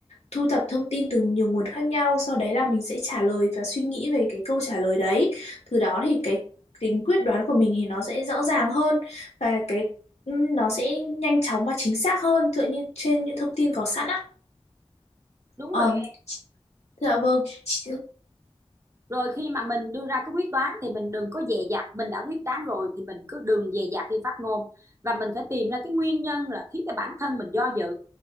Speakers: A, on the left; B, on the right.
A: thu thập thông tin từ nhiều nguồn khác nhau sau đấy là mình sẽ trả lời và suy nghĩ về cái câu trả lời đấy từ đó thì cái tính quyết đoán của mình thì nó sẽ rõ ràng hơn và cái ừm, nó sẽ nhanh chóng và chính xác hơn dựa như trên những thông tin có sẵn á
B: đúng
A: Ờ,
B: rồi em
A: dạ vâng Chị-
B: rồi khi mà mình đưa ra cái quyết đoán thì mình đừng có dè dặt mình đã quyết đoán rồi thì mình cứ đừng dè dặt khi phát ngôn và mình phải tìm ra cái nguyên nhân là khiến cái bản thân mình do dự